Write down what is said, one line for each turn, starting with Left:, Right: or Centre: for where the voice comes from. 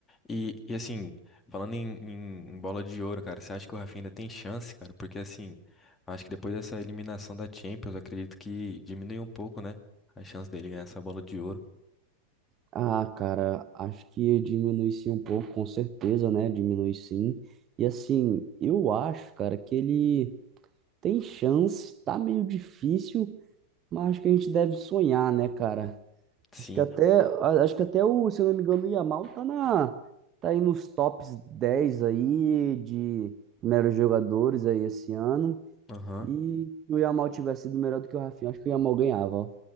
Left: E, e assim, falando em, em- em bola de ouro, cara, você acha que o Rafinha ainda tem chance, cara? Porque assim, acho que depois dessa eliminação da Champions, eu acredito que diminuiu um pouco, né? A chance dele ganhar essa bola de ouro.
Right: Ah, cara, acho que diminui sim um pouco, com certeza, né? Diminui sim. E assim, eu acho, cara, que ele tem chance, tá meio difícil, mas acho que a gente deve sonhar, né, cara?
Left: Sim,
Right: Acho que até, a- acho que até o, se eu não me engano, o Yamal tá na, tá aí nos tops 10 aí de melhores jogadores aí esse ano.
Left: aham.
Right: E se o Yamal tivesse sido melhor do que o Rafinha, acho que o Yamal ganhava, ó.